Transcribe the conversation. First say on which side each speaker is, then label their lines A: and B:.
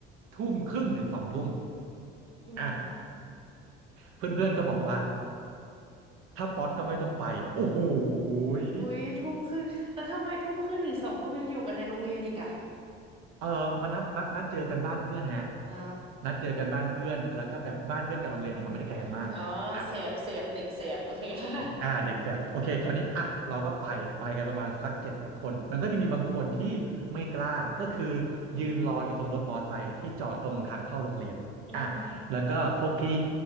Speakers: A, on the right; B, on the right.
A: ทุ่มครึ่งถึงสองทุ่ม
B: อืม
A: อ่ะเพื่อนๆก็บอกว่าถ้าป๊อตก็ไม่ต้องไปโอ้โหย
B: อุ๊ยทุ่มครึ่งแล้วทำไมทุ่มครึ่งถึงสองทุ่มยังอยู่กันในโรงเรียนอีกอะ
A: เออมานัดนัดนัดเจอกันบ้านเพื่อนฮะ
B: อ๋อ
A: นัดเจอกันบ้านเพื่อนแล้วก็แบบบ้านเพื่อนกับโรงเรียนนะมันไม่ได้ไกลกันมากอ่ะ
B: อืมอ๋อเสบเสบเด็กเสบโอเค <laughs> ค่ะ
A: อ่าเด็กแฝดโอเคคราวนี้อ่ะเราก็ไปไปกันประมาณสักเจ็ดแปดคนมันก็จะมีบางคนที่ไม่กล้าก็คือ
B: อืม
A: ยืนรออยู่ตรงรถมอไซค์ที่จอดตรงทางเข้าโรงเรียนอ่ะ
B: อืม
A: แล้วก็พวกที่